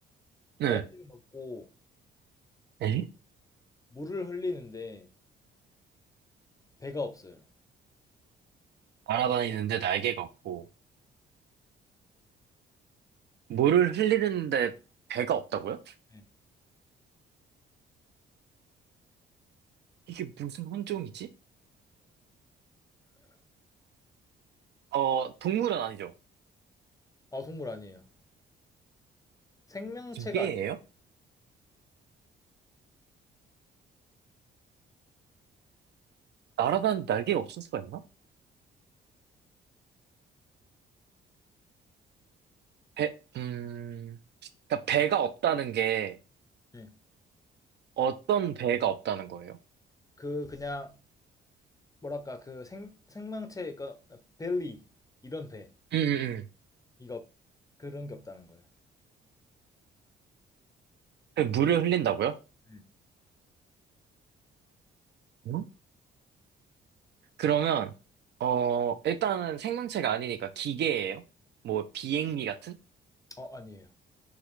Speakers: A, on the right; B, on the left.
A: 네.
B: 날개는 없고
A: 에?
B: 물을 흘리는데 배가 없어요.
A: 날아다니는데 날개가 없고, 물을 흘리는데 배가 없다고요?
B: 네.
A: 이게 무슨 혼종이지? 어, 동물은 아니죠.
B: 아, 동물 아니에요. 생명체가
A: 기계예요?
B: 아니에요.
A: 날아다니는 날개가 없을 수가 있나? 배, 음, 그러니까 배가 없다는 게
B: 네.
A: 어떤 배가 없다는 거예요?
B: 그 그냥 뭐랄까 그 생, 생명체 그러니까 벨리 이런 배
A: 음, 음,
B: 이거 그런 게 없다는 거예요.
A: 음. 물을 흘린다고요?
B: 음.
A: 응? 그러면, 어, 일단은 생명체가 아니니까 기계예요? 뭐, 비행기 같은?
B: 어, 아니에요.